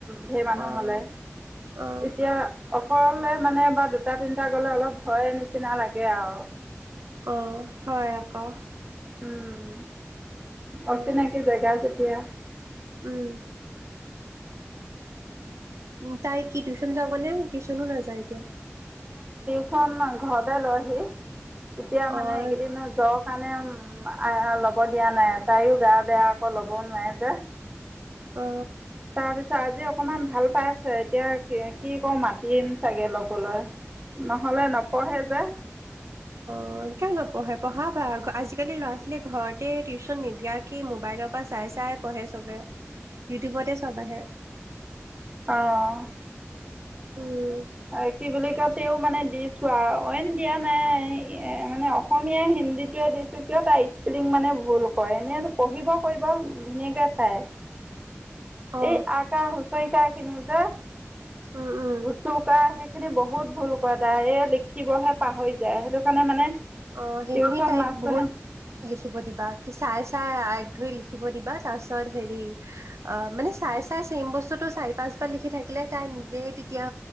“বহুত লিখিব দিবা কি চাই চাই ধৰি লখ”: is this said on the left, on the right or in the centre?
Right